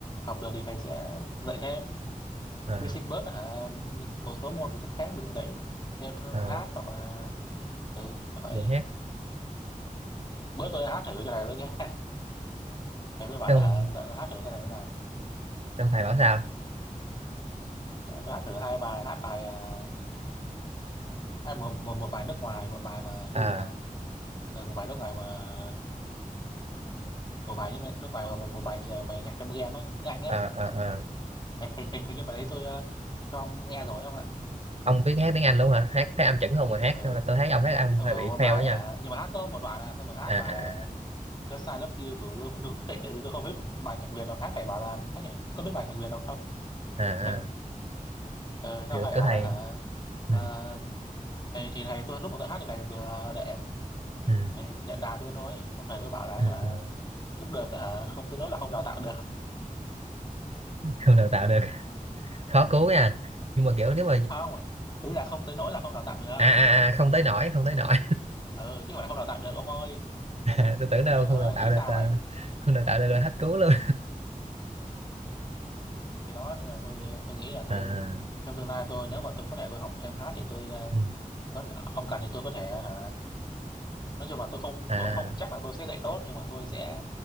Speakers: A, on the left; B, on the right.
A: học được thì thầy sẽ dạy thêm
B: ờ
A: hy sinh bớt hả một một số môn của tiết khác để dạy thêm
B: ờ
A: hát hoặc là ừ là vậy
B: gì hát
A: bữa tôi hát thử cho này tôi nghe <laughs> thầy tôi bảo
B: trong
A: là hả đã- đã hát thử thế này thế nào
B: trong thầy bảo sao
A: Ờ, tôi hát thử hai bài hát bài ờ, hát một, một một bài nước ngoài một bài mà
B: ờ
A: cái gì ta ừ, một bài nước ngoài mà ừ, một bài nhưng mà nước ngoài mà một, một bài ờ, bài nhạc trong game á tiếng Anh á
B: ờ ờ ờ
A: hình, hình, hình hình như bài đấy tôi ờ, cho ông nghe rồi không ạ
B: ông biết hát tiếng Anh luôn hả hát thấy âm chuẩn không mà hát
A: ừ.
B: không là tôi thấy ông hát âm
A: xong
B: hơi
A: rồi
B: bị
A: một
B: fail
A: bài
B: ấy nha
A: ấy hả nhưng mà hát có một đoạn à xong rồi hát
B: à
A: bài
B: à à
A: uh, Just I Love You của Lưu Lưu Quốc Thịnh tại vì tôi không biết bài nhạc Việt nào khác thầy bảo là hát nhạc, có biết bài nhạc Việt nào không
B: à à,
A: <laughs> ừ, sau
B: kiểu
A: thầy
B: kiểu
A: bảo
B: thầy
A: đó hả
B: ừ,
A: ờ, thì, thì thầy tôi lúc mà tôi hát thì thầy vừa đệm
B: ừ,
A: thầy đệm đàn đưa nói xong thầy tôi bảo là
B: ừ,
A: hả
B: ừ.
A: cũng được á hả không tới nỗi là không đào tạo được
B: không đào tạo được khó cứu nha nhưng mà kiểu nếu mà
A: không ý là không tới nỗi là không đào tạo được
B: à à à, không tới nổi không tới nổi
A: ừ chứ không phải là không đào tạo được ông ơi
B: à, tôi tưởng đâu
A: trời ơi
B: không đào tạo
A: nghĩ
B: được
A: sao
B: à,
A: vậy
B: không đào tạo được là hết cứu luôn
A: thì đó nên là tôi tôi
B: <laughs>
A: nghĩ là tôi
B: à
A: trong tương lai tôi nếu mà tôi có thể tôi học thêm hát thì tôi ờ,
B: ừ,
A: có, ông cần thì tôi có thể hả, nói chung là tôi không
B: à,
A: tôi cũng không chắc là tôi sẽ dạy tốt nhưng mà tôi sẽ